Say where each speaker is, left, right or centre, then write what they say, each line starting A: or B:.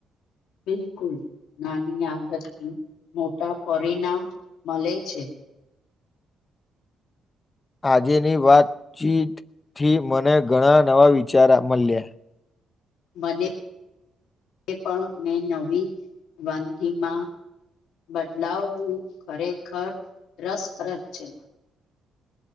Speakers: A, on the left; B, on the left.
A: બિલકુલ. નાની આદતથી મોટા પરિણામ મલે છે.
B: આજેની વાતચીતથી મને ઘણા નવા વિચારા મલ્યા.
A: મને પણ મે નવી વાનગીમાં બદલાવવું ખરેખર રસપ્રદ છે.